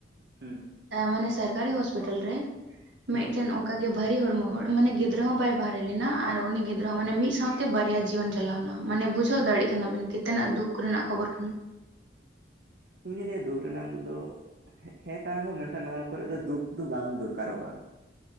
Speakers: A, on the right; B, on the right.
A: ᱦᱩᱸ
B: ᱢᱟᱱᱮ ᱥᱚᱨᱠᱟᱨᱤ ᱦᱚᱥᱯᱤᱴᱟᱞ ᱨᱮ
A: ᱦᱩᱸ
B: ᱢᱤᱫᱴᱮᱱ ᱚᱱᱠᱟ ᱚᱱᱠᱟᱜᱮ ᱵᱷᱟᱹᱨᱤ ᱦᱚᱲᱢᱚ ᱦᱚᱲ ᱢᱟᱱᱮ ᱜᱤᱫᱽᱨᱟᱹ ᱦᱚᱸ ᱵᱟᱭ ᱵᱟᱦᱨᱮ ᱞᱮᱱᱟ ᱟᱨ ᱩᱱᱤ ᱜᱤᱫᱽᱨᱟᱹ ᱦᱚᱸ ᱢᱟᱱᱮ ᱢᱤᱫ ᱥᱟᱶᱛᱮ ᱵᱟᱨᱭᱟ ᱡᱤᱭᱚᱱ ᱪᱟᱞᱟᱣᱱᱟ ᱢᱟᱱᱮ ᱵᱩᱡᱷᱟᱹᱣ ᱫᱟᱲᱮᱜ ᱠᱟᱱᱟ ᱵᱮᱱ ᱠᱤ ᱛᱤᱱᱟᱹᱜ ᱫᱩᱠ ᱨᱮᱱᱟᱜ ᱠᱷᱚᱵᱚᱨ ᱠᱟᱱᱟ
A: ᱤᱧᱫᱩᱧ ᱞᱟᱹᱭᱟ ᱫᱩᱠ ᱨᱮᱱᱟᱜ ᱫᱚ ᱦᱮᱸ ᱠᱟᱱ ᱨᱮᱦᱚᱸ ᱢᱮᱱᱠᱷᱟᱱ ᱱᱚᱣᱟ ᱠᱚᱨᱮ ᱫᱚ ᱫᱩᱠ ᱫᱚ ᱵᱟᱝ ᱫᱚᱨᱠᱟᱨᱚᱜᱼᱟ